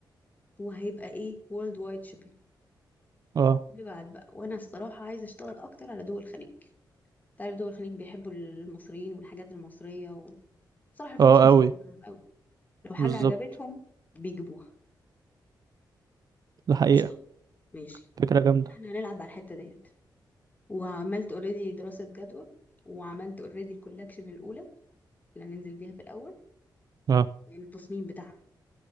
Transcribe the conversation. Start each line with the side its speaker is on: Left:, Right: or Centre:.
Left: وهيبقى ايه وورلد وايد شيبينج
Right: اه
Left: اللي بعد بقى وانا الصراحة عايزة اشتغل اكتر على دول الخليج تعرف دول الخليج بيحبوا المصريين والحاجات المصرية وصراحة الفلوس
Right: اه
Left: مش
Right: قوي
Left: فارقة معاهم قوي لو حاجة
Right: بالظبط
Left: عجبتهم بيجيبوها
Right: ده حقيقه
Left: قشطة ماشي
Right: فكره جامده
Left: احنا هنلعب على الحتة ديت وعملت اوريدي دراسة جدوى وعملت اوريدي الكولكشن الأولى اللي هننزل بيها في الأول
Right: اه
Left: يعني التصميم بتاعها